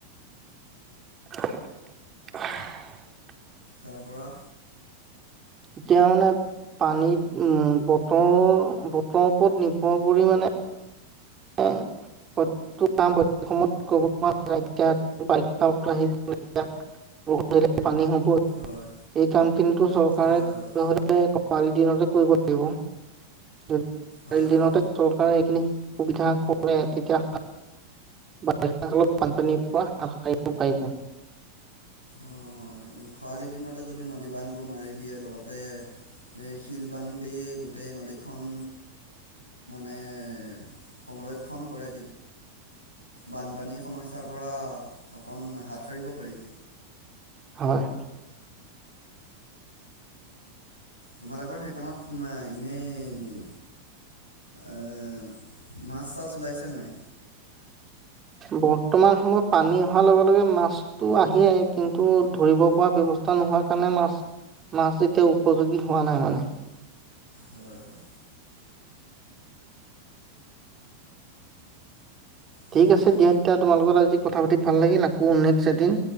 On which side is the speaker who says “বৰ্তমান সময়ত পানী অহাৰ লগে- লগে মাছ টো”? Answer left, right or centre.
Right